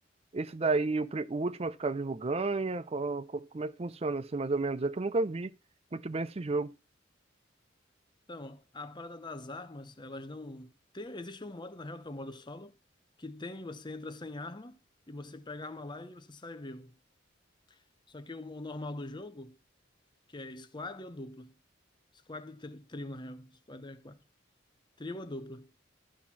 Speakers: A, on the right; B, on the left.
A: Esse daí, o, pri- o último a ficar vivo ganha. Co- co- Como é que funciona assim, mais ou menos? É que eu nunca vi muito bem esse jogo.
B: Então, a parada das armas, elas não. Tem, existe um modo, na real, que é o modo solo, que tem, você entra sem arma, e você pega a arma lá e você sai vivo. Só que o, o normal do jogo, que é squad ou dupla. Squad e tri- trio, na real. Squad é quatro. Trio ou dupla.